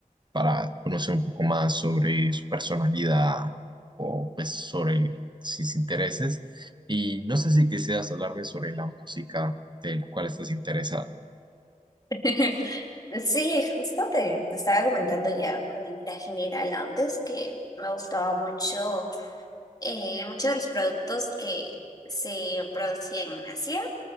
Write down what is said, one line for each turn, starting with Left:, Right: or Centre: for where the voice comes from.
Right: para conocer un poco más sobre su personalidad o pues sobre sus intereses. Y no sé si quisieras hablarme sobre la música de la cual estás interesada.
Left: <laughs> Sí, justo te, te estaba comentando ya de manera general antes que me gustaba mucho, eh, muchos de los productos que se producían en Asia.